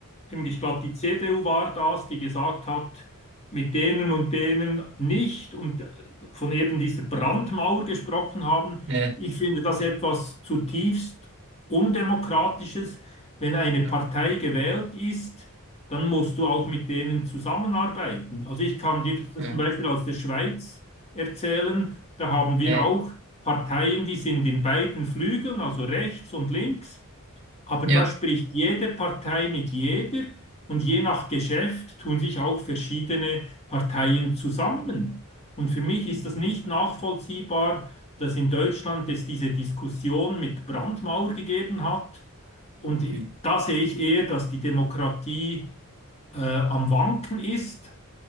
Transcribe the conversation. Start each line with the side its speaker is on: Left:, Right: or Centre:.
Left: ich glaube, die CDU war das, die gesagt hat, mit denen und denen nicht und von eben dieser Brandmauer gesprochen haben.
Right: ja, ja,
Left: Ich finde das etwas zutiefst Undemokratisches. Wenn eine
Right: ja,
Left: Partei gewählt ist, dann musst du auch mit denen zusammenarbeiten. Also ich kann dir das
Right: ja,
Left: zum Beispiel aus der Schweiz erzählen. Da haben wir
Right: ja,
Left: auch Parteien, die sind in beiden Flügeln, also rechts und links, aber
Right: ja,
Left: da spricht jede Partei mit jeder und je nach Geschäft tun sich auch verschiedene Parteien zusammen. Und für mich ist das nicht nachvollziehbar, dass in Deutschland es diese Diskussion mit Brandmauer gegeben hat. Und
Right: Hm.
Left: da sehe ich eher, dass die Demokratie äh, am Wanken ist,